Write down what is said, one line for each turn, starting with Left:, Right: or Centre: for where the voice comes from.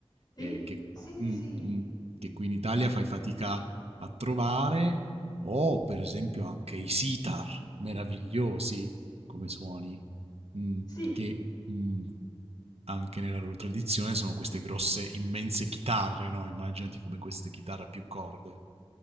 Left: sì.
Right: eh, che,
Left: Sì, sì,
Right: mm,
Left: sì.
Right: mm, che qui in Italia fai fatica a trovare, o per esempio anche i sitar, meravigliosi come suoni, mm,
Left: Sì.
Right: che mm, anche nella loro tradizione sono queste grosse, immense chitarre, no? Immaginati come queste chitarre a più corde.